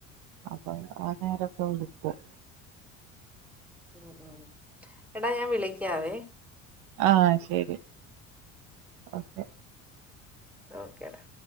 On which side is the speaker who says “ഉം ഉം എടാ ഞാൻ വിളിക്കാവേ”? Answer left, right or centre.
Centre